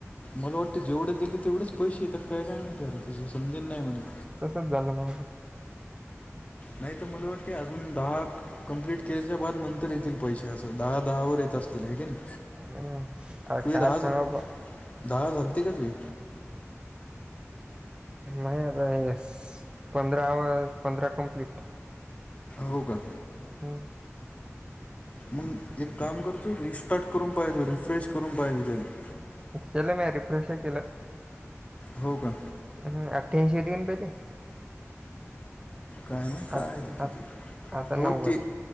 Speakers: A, on the left (about 30°); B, on the right (about 20°).
A: मला वाटतं जेवढे दिले ततेवढेच पैशे येतात काय काय माहिती अरे तिजें समजेन नाय मला.
B: तसच झालं माहिती.
A: नाही तर मला वाटते अजून दहाक कंप्लीट केल्याच्या बाद नंतर येतील पैशे असं दहा दहा वर येत असतील आहे काय नाही.
B: आता
A: तुझे
B: काय
A: दहा झ
B: सांगाव बा
A: दहा झालते का तुझे?
B: माय अगस पंधरा व पंधरा कंप्लीट.
A: हो का?
B: हा.
A: मग एक काम करतो रिस्टार्ट करून पाहिचा रिफ्रेश करून पाहिचा त्याला.
B: केलं मी रिफ्रेश केलं,
A: हो का
B: अजून अठ्यांशी. <unintelligible>
A: काय माहित काय
B: आ
A: आहे ते किती
B: आता
A: हो
B: नव्वद
A: ते